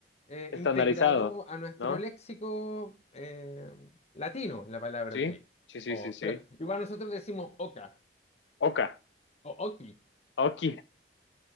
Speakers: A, on the left; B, on the left.
A: eh,
B: estandarizado,
A: integrado a nuestro
B: ¿no?
A: léxico eh, latino la palabra
B: Sí,
A: ok.
B: sí, sí,
A: O-
B: sí, sí.
A: pero igual nosotros decimos oca,
B: Oka,
A: o oki,
B: ok,